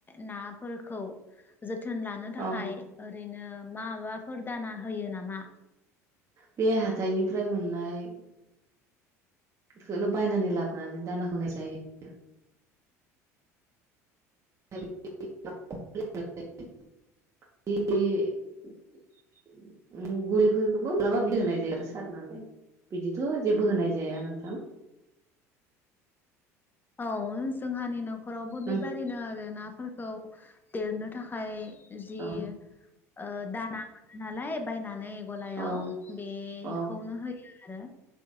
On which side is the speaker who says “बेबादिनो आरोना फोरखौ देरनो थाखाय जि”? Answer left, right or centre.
Left